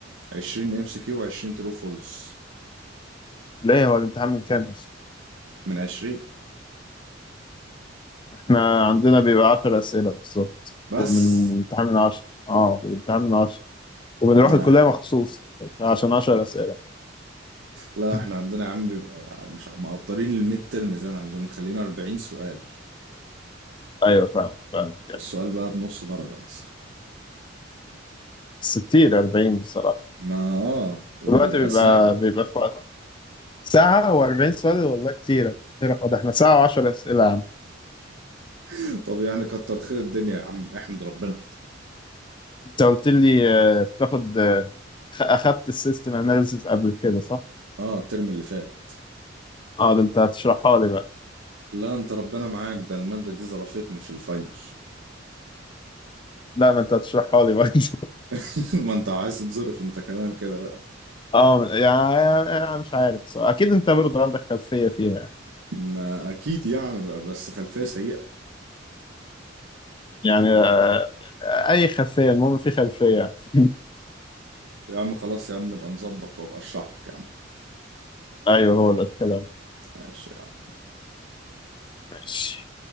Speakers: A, on the right; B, on the left.
A: 20 ام سي كيو و20 ترو فولس
B: ليه هو الامتحان من كام اصلا
A: من 20
B: احنا عندنا بيبقى 10 اسئله بالظبط
A: بس
B: ومن الامتحان من 10 اه والامتحان من 10 وبنروح
A: لا
B: الكليه مخصوص عشان 10 اسئله
A: لا
B: <laughs>
A: احنا عندنا يا عم بيبقى مش ع- مقدرين الميد ترم زي ما عايزين، مخلينا 40 سؤال
B: ايوه فاهم فاهم
A: والسؤال بقى بنص درجة مثلا
B: بس كتير 40 بصراحه
A: ما اه وبيبقى
B: دلوقتي بيبقى
A: ساعة
B: بيبقى في وقت ساعه و40 سؤال والله كتير كتير خد احنا ساعه و10 اسئله يا عم
A: <laughs> طب يعني كتر خير الدنيا يا عم احمد ربنا
B: انت قلت لي آه، بتاخد آه، خ- اخدت السيستم اناليسيس قبل كده صح؟
A: اه الترم اللي فات
B: اه ده انت هتشرحها لي بقى
A: لا انت ربنا معاك ده المادة دي ظرفتني في الفاينل
B: لا ما انت هتشرحها لي بقى <laughs>
A: <laughs> ما انت عايز تظرف انت كمان كده بقى
B: اه يعني انا مش عارف بصراحة. اكيد انت برضه عندك خلفيه فيها
A: ما اكيد يعني بقى بس خلفية سيئة
B: يعني آه، آه، اي خلفيه المهم في خلفيه <laughs>
A: يا عم خلاص يا عم نبقى نظبط وابقى اشرح لك يا عم
B: ايوه هو ده الكلام
A: ماشي يا عم
B: ماشي